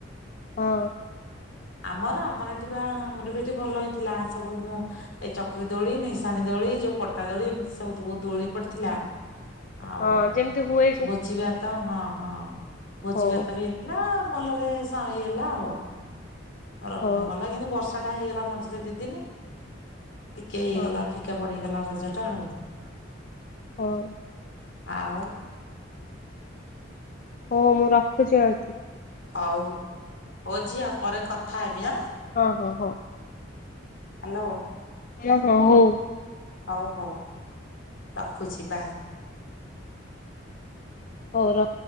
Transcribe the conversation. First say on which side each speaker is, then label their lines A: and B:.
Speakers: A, on the left; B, on the left.
A: ହଁ।
B: ଆମର ଆମର ଏଠି ବା ଆମର ବି ଏଠି ଭଲ ହେଇଥିଲା ସବୁ ଏ ଚକ୍ରୀ ଦୋଳି ନିଶାଣି ଦୋଳି ଯୋଉ ପଟା ଦୋଳି ଏମିତି ସବୁ ବହୁ ଦୋଳି ପଡିଥିଲା। ଆଉଁ
A: ହଁ ଯେମିତି ହୁଏ
B: ସେ ଭୋଜି ତ ହଁ ହଁ ଭୋଜି
A: ହଉ
B: ଭାତ ବି ହେଇଥିଲା। ଭଲରେ ସ ହେଇଗଲା ଆଉ। ର
A: ହଉ
B: ଗଲା କେମତି ବର୍ଷା ଟା ହେଇଗଲା ମଝିରେ ଦିଦିନି ଟିକେ ହେଇଗଲା
A: ହଁ
B: ଫିକା ପଡିିଗଲା ହଜାର ଟଙ୍କା
A: ହଉ।
B: ଆଉ ହଁ
A: ହଉ ମୁଁ ରଖୁଛି ଆଳତି
B: ହଉ ହଉ ଝିଅ ପରେ କଥା ହେବି ଆଁ ହ୍ୟାଲୋ
A: ଆଉ ହଁ ହଁ ଓଁ ହଁ ହଉ
B: ହଉ ହଉ ରଖୁଛି ବାଏ
A: ହଉ ର